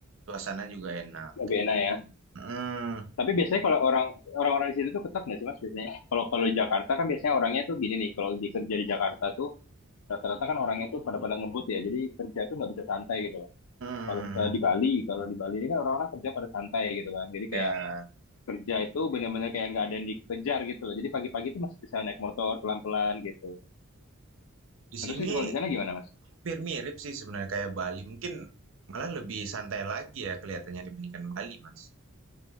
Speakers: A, on the right (about 60°); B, on the left (about 75°).
A: Suasana juga enak.
B: lebih enak ya.
A: Mhm,
B: Tapi biasanya kalau orang orang-orang di situ tuh ketat nggak sih Mas biasanya? Kalau kalau di Jakarta kan biasanya orangnya tuh gini nih, kalau di kerja di Jakarta tuh rata-rata kan orangnya tuh pada-pada ngebut ya, jadi kerja tuh nggak bisa santai gitu loh.
A: mhm.
B: Kalau misalnya di Bali, kalau di Bali ini kan orang-orang kerja pada santai gitu kan, jadi
A: Ya,
B: kayak kerja itu bener-bener kayak nggak ada yang dikejar gitu loh. Jadi pagi-pagi tuh masih bisa naik motor pelan-pelan gitu.
A: di
B: Nah,
A: sini
B: Terus sih kalau di sana gimana Mas?
A: hampir mirip sih sebenarnya kayak Bali. Mungkin malah lebih santai lagi ya kelihatannya dibandingkan Bali, Mas.